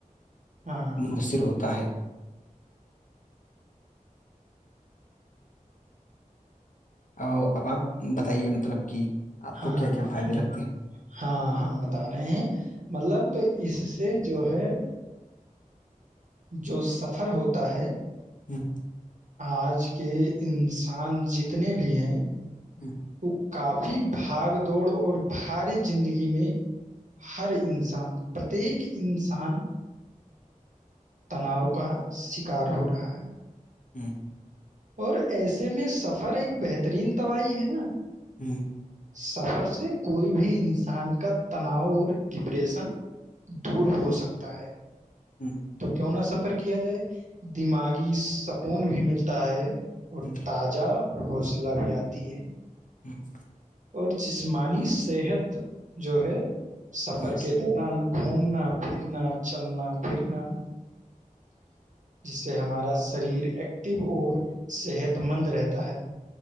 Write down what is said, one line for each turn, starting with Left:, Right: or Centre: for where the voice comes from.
Left: <unintelligible>
Right: ہاں
Left: منحصر ہوتا ہے <unintelligible> ا اب آپ بتائیے مطلب کہ <unintelligible>
Right: ہاں
Left: کیا کیا فائدے
Right: ہاں
Left: لگتے ہیں
Right: ہاں ہم بتا رہے ہیں مطلب اس سے جو ہے <unintelligible> جو سفر ہوتا ہے <unintelligible>
Left: ہوں <unintelligible>
Right: آج کے انسان جتنے بھی ہیں <unintelligible>
Left: ہوں <unintelligible>
Right: وہ کافی بھاگ دوڑ اور بھاری زندگی میں ہر انسان پرتیک انسان <unintelligible> تناؤ کا شکار ہو رہا ہے
Left: ہوں <unintelligible>
Right: اور ایسے میں سفر ایک بہترین دوائی ہے نا
Left: جی <unintelligible>
Right: سفر سے کوئی بھی انسان کا تناؤ اور ڈپریشن دور ہو سکتا ہے
Left: ہوں <unintelligible>
Right: تو کیوں نہ سفر کیا جائے دماغی سکون بھی ملتا ہے اور
Left: ہوں،
Right: تازہ حوصلہ بھی آتی ہے <inaudible>
Left: ہوں <inaudible>
Right: اور جسمانی صحت جو ہے سفر
Left: ہوں۔
Right: کے دوران گھومنا پھرنا چلنا <inaudible> پھرنا <inaudible> جس سے ہمارا شریر ایکٹو اور صحت مند رہتا ہے